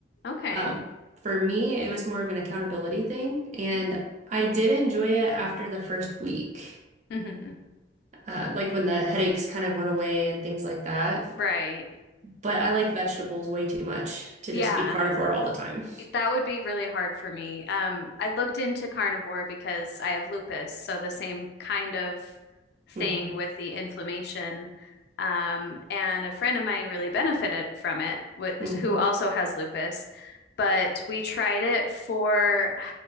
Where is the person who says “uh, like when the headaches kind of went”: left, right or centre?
Right